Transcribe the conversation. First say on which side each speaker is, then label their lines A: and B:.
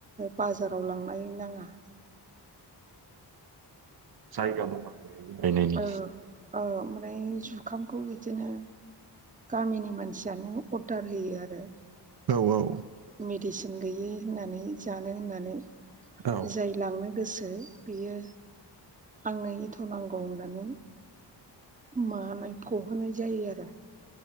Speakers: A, on the right (about 20°); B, on the right (about 60°).
A: बाजाराव लांनाय नाङा।
B: साय <unintelligible> गायनायनि
A: औ औ ओमफ्राय जुखामखौ बिदिनो गामिनि मानसियानो अर्डार होयो आरो।
B: औ औ।
A: मेडिसिन गैयै होननानै जानो होननानै
B: औ
A: जाय लांनो गोसो बियो आंनो एथ' नांगौ होननानै मानायखौहोनाय जायो आरो।